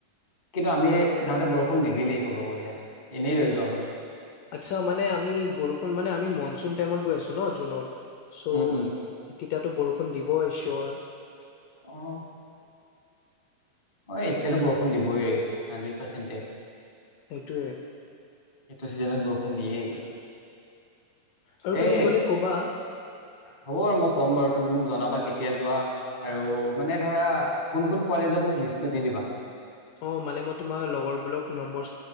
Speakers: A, on the left (about 50°); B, on the left (about 80°).
A: কিন্তু আমি যাওঁতে বৰষুণ নিদিলেই ক'ব গ'লে, এনেই লৈ যোৱা হ'ল
B: আচ্ছা মানে আমি বৰষুণ মানে আমি মনচুন টাইমত গৈ আছো ন, জুনত। চ'
A: উম উম
B: তেতিয়াতো বৰষুণ ষুণ দিবয়ে ছ্যৰ।
A: আহ অ এতিয়াতো বৰষুণ দিবইে হানড্ৰেড পাৰ্চেণ্টে।
B: সেইটোয়ে
A: এইটো চিজনত বৰষুণ দিয়েই।
B: আৰু তুমি
A: এ
B: গ'লে ক'বা
A: হ'ব বাৰু, মই কম বাৰু। তুমি মোক জনাবা কেতিয়া যোৱা আৰু মানে ধৰা কোন কোন কলেজৰ মোক লিষ্টটো দি দিবা।
B: অ মানে মই তোমাৰ লগৰবোৰক নম্বৰ